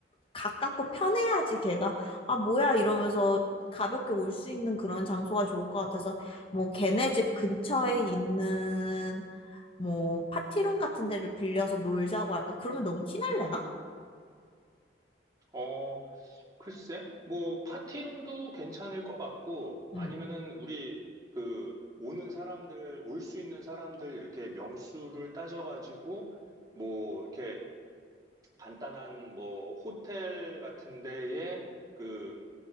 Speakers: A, on the left; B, on the right.
A: 가깝고 편해야지 걔가 아 뭐야 이러면서 가볍게 올 수 있는 그런 장소가 좋을 것 같아서 뭐 걔네 집 근처에 있는 뭐 파티룸 같은 데를 빌려서 놀자고 할까? 그러면 너무 티날래나?
B: 어, 글쎄, 뭐, 파티룸도 괜찮을 것 같고, 아니면은
A: 음.
B: 우리 그 오는 사람들, 올 수 있는 사람들 이렇게 명수를 따져가지고, 뭐, 이렇게 간단한 뭐 호텔 같은 데에 그,